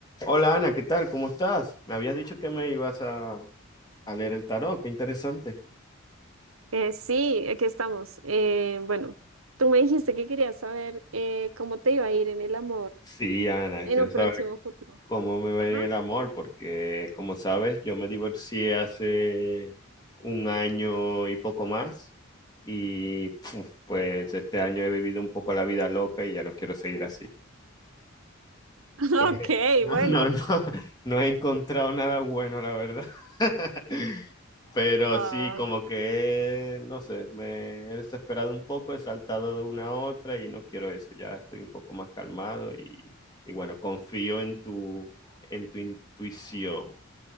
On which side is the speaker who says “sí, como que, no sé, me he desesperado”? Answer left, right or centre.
Left